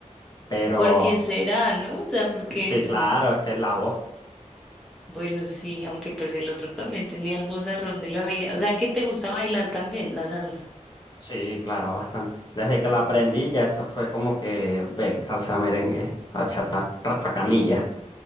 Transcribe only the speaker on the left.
Pero
sí,
claro, es que la voz,
sí, claro, bastante. Desde que la aprendí ya eso fue como que, ven, salsa merengue, achata, raspa canilla.